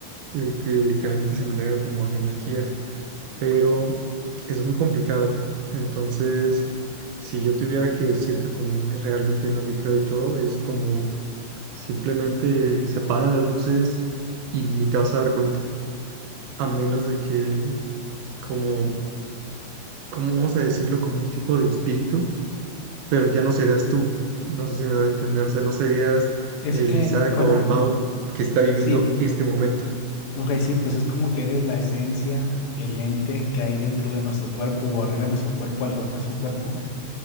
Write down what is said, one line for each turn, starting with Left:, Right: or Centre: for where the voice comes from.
Right: eh, que literalmente se mantenga como en energía pero es muy complicado. Entonces, si yo tuviera que decirte como en- realmente en lo que creo y todo, es como simplemente se apagan las luces y ni te vas a dar cuenta, a menos de que como, ¿cómo vamos a decirlo? Como un tipo de espíritu, pero ya no serías tú. No sé si me voy a entender, o sea, no serías
Left: Es
Right: el
Left: que,
Right: Isaac
Left: bueno,
Right: o el Mau que está viviendo
Left: sí.
Right: este momento.
Left: Ok, sí, pues es como que eres la esencia, el ente que hay dentro de nuestro cuerpo o arriba de nuestro cuerpo, alrededor de nuestro cuerpo.